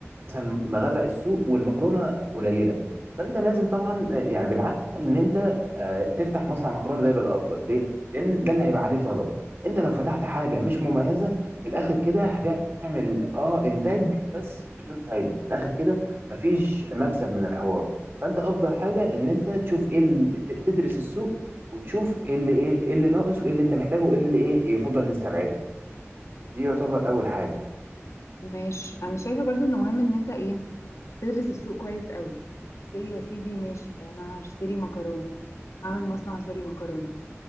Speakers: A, on the right; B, on the left.
A: مثلا مغرق السوق والمكرونه قليله فانت لازم طبعا آه، يعني بالعقل ان انت آه، تفتح مصنع مكرونه ده يبقى الافضل ليه لان ده اللي هيبقى عليه طلب انت لو فتحت حاجه مش مميزه من الاخر كده هتعمل اه انتاج بس بدون فايده من الاخر كده مفيش مكسب من الحوار فانت افضل حاجه ان انت تشوف ايه ال- ت- تدرس السوق وتشوف ايه اللي ايه إيه اللي ناقص وايه اللي انت محتاجه وايه اللي ايه يفضل نستبعده دي يعتبر اول حاجه
B: ماشي انا شايفة برضو انه مهم ان انت ايه تدرس السوق كويس قوي سي يا سيدي ماشي
A: مم.
B: انا هشتري مكرونة هعمل مصنع سوري
A: مم.
B: مكرونة